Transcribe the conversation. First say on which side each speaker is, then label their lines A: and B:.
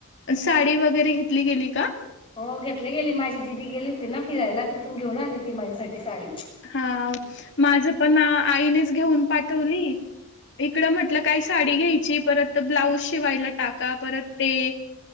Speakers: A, on the left; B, on the left.
A: साडी वगैरे घेतली गेली का?
B: हो घेतले गेली माझी दिदी गेली होती ना फिरायला तिथून घेऊन आली हो ती माझ्यासाठी साडी.
A: हा माझ पण आईनेच घेऊन पाठवली इकडं म्हटल काही साडी घ्यायची परत ब्लाऊज शिवायला टाका परत ते